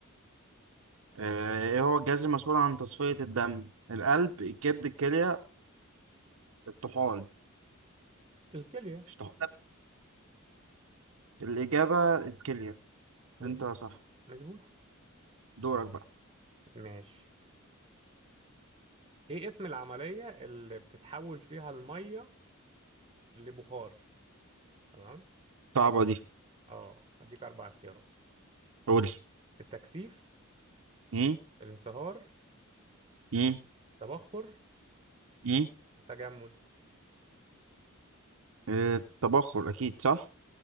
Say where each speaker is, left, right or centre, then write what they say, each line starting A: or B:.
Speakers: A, on the right; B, on the right.
A: آه، ايه هو الجهاز المسؤول عن تصفية الدم القلب الكبد الكلية الطحال
B: الكلية
A: مش طح- الإجابة الكلية
B: بالظبط
A: أنت صح
B: مظبوط
A: دورك بقى
B: ماشي ايه اسم العملية اللي بتتحول فيها المية لبخار تمام
A: صعبة دي
B: اه هديك اربع اختيارات
A: قول
B: التكثيف
A: مم؟
B: الانصهار
A: مم؟
B: التبخر
A: مم؟
B: التجمد
A: آه، التبخر أكيد صح